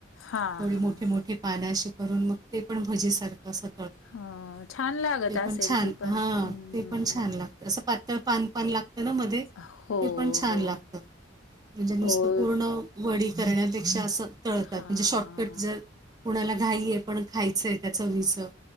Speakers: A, on the left; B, on the right.
A: हां,
B: थोडी
A: हां.
B: मोठी मोठी पान पानं अशी करून मग ते पण भजीसारखं असं
A: हं, छान लागत
B: ते
A: असेल
B: पण छान
A: ती पण.
B: हं.
A: हं.
B: ते पण छान लागते असं पातळ पान पान लाग तेणा मध्ये
A: हो,
B: ते पण छान
A: हो,
B: लागत म्हणजे नुस
A: हो.
B: पूर्ण वडी करण्यापेक्षा असं तळतात
A: हां.
B: म्हणजे शॉर्टकट जर कुणाला घाई हे पण खायचंय. त्या चविचं